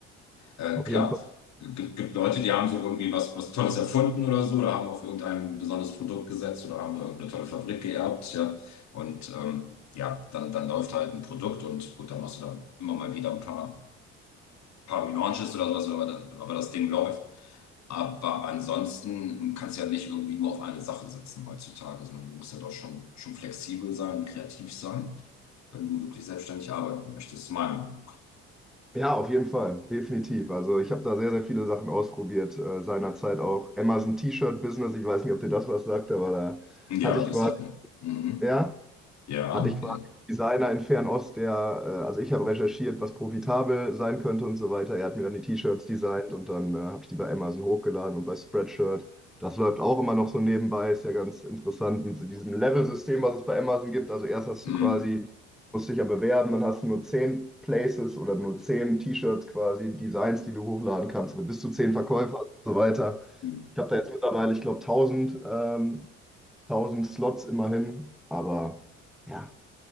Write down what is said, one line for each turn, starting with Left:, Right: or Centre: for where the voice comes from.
Left: Äh,
Centre: auf
Left: klar,
Centre: jeden Fall.
Left: gibt, gibt Leute, die haben so irgendwie was, was Tolles erfunden oder so, oder haben auf irgendein besonderes Produkt gesetzt oder haben da irgendeine tolle Fabrik geerbt, ja. Und ähm, ja, dann, dann läuft halt ein Produkt und gut, dann machst du da immer mal wieder ein paar paar Relaunches oder sowas, aber, da- aber das Ding läuft. Aber ansonsten kannst du ja nicht irgendwie nur auf eine Sache setzen heutzutage, sondern du musst ja doch schon, schon flexibel sein, kreativ sein, wenn du wirklich selbstständig arbeiten möchtest, meiner Meinung nach.
Centre: Ja, auf jeden Fall, definitiv. Also ich habe da sehr, sehr viele Sachen ausprobiert. Äh, seinerzeit auch Amazon T-Shirt-Business. Ich weiß nicht, ob dir das was sagt, aber da
Left: Ja,
Centre: hatte ich
Left: das
Centre: quasi,
Left: sagt man. Mhm.
Centre: ja.
Left: Ja,
Centre: hatte ich quasi
Left: ja.
Centre: einen Designer in Fernost, der, äh, also ich habe recherchiert, was profitabel sein könnte und so weiter. Er hat mir dann die T-Shirts designt und dann äh, habe ich die bei Amazon hochgeladen und bei Spreadshirt. Das läuft auch immer noch so nebenbei, ist ja ganz interessant mit so diesem Level-System, was es bei Amazon gibt. Also erst hast
Left: Mhm.
Centre: du quasi, musst dich ja bewerben, dann hast du nur zehn Places oder nur 10 T-Shirts quasi, Designs, die du hochladen kannst, mit bis zu 10 Verkäufer und so weiter.
Left: Mhm.
Centre: Ich habe da jetzt mittlerweile, ich glaube, tausend ähm, 1000 Slots immerhin, aber. Ja,